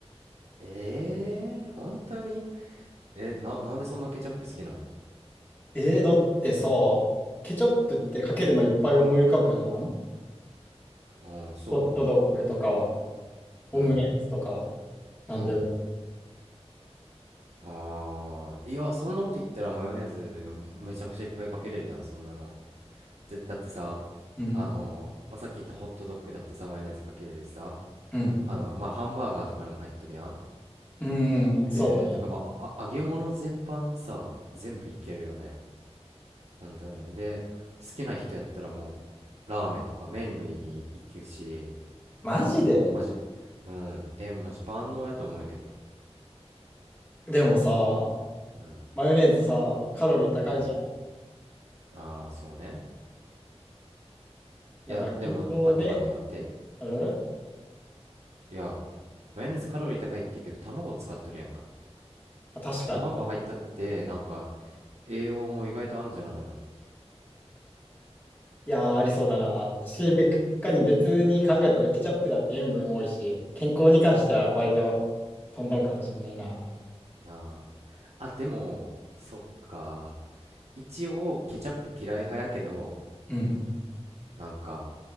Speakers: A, on the right; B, on the left.
A: えー、本当にえ、な、なんでそんなケチャップ好きなん
B: えー、だってさ、ケチャップってかけるのいっぱい思い浮かぶじゃん
A: あー、そ
B: ホットドッグとか、オムライスとか、
A: ううん、
B: なんでも。
A: うん。あー、いや、そんなこと言ったらマヨネーズめちゃくちゃいっぱいかけれるやん、そんなの。だって、だってさ、
B: うん、
A: あのまあ、さっき言ったホットドッグだってさ、マヨネーズかけれるしさ、
B: うん。
A: あの、まあ、ハンバーガーとかにも入ってるやん。
B: うん、
A: で、
B: うんそうだね。
A: とか、まあ、あ揚げ物全般さ、全部いけるよね。本当よね。で、好きな人やったらもう、ラーメンとか麺類に行くし、
B: マジで
A: 俺もマジ、うん、え、マジ万能やと思うんやけど。
B: でもさ、
A: うん、
B: マヨネーズさ、カロリー高いじゃん。
A: うん。ああ、そうね。
B: やっぱ健康ね。
A: いや、でも、待って待って待って。
B: うんま
A: いや、マヨネーズカロリー高いって言うけど、卵使っとるやんか。
B: あ、確かに。
A: 卵入ったって、なんか、栄養も意外とあんじゃないの。
B: いやー、ありそうだな。し、べかに別に考えたらケチャップだって塩分多いし、健康に関しては割とトントンかもしれないな。
A: ああ。あ、でも、そっか。一応ケチャップ嫌い派やけど
B: うん。
A: なんか